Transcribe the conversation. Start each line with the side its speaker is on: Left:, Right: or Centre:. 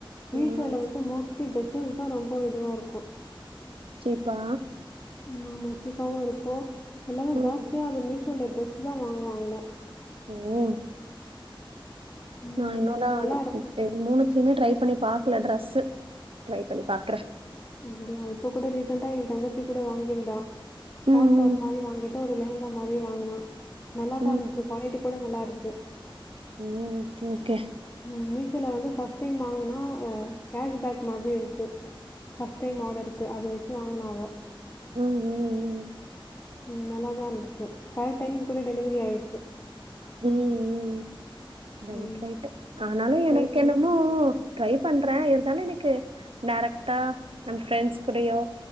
Left: மீஷோல
Right: ம்.
Left: வந்து மோஸ்ட்லி டிரெஸ்ஸஸ் தா ரொம்ப இதுவா இருக்கு
Right: சீப்பா
Left: ம் ஆமா சீப்பாவு இருக்கு எல்லாரு
Right: ம்.
Left: ஜாஸ்தியா அது மீஷோல ட்ரெஸ் தா வாங்குவாங்களே
Right: ம் ம்
Left: ம்
Right: நா
Left: ஆமா.
Right: இன்னோதா
Left: நல்லா இருக்கும்.
Right: இது மூணுத்துலயுமே ட்ரை பண்ணி பாக்கல ட்ரெஸ் ட்ரை பண்ணி பாக்குறே
Left: அப்டியா இப்ப கூட ரீசண்டா ஏ தங்கச்சி கூட வாங்கியிருந்தா ஷார்ட்
Right: ம்,
Left: டாப் மாரி வாங்கிட்டு ஒரு லெகங்கா மாரி வாங்கனா நல்லாதா
Right: ம், ம்.
Left: இருந்துச்சி குவாலிட்டி கூட நல்லாருக்கு
Right: ஓ! Okay, okay.
Left: ம் மீஷோல வந்து ஃபர்ஸ்ட் டைம் வாங்கனா ஆ கேஷ்பேக் மாறி இருக்கு ஃபர்ஸ்ட் டைம் ஆடருக்கு அத வச்சு வாங்கனா அவ
Right: ம் ம் ம்
Left: ம் நல்லாதா இருந்துச்சு கரெக்ட் டைமுக்கு கூட டெலிவரி ஆயிருச்சு
Right: ம் ம் ரைட்
Left: ம்.
Right: ரைட் ஆனாலு
Left: ட்ரை
Right: எனக்கு
Left: பண்ணி
Right: என்னமோ
Left: பாக்கலாம்.
Right: ட்ரை பண்றே இருந் தாலு எனக்கு டைரக்டா நம்ப ஃப்ரெண்ட்ஸ் கூடயோ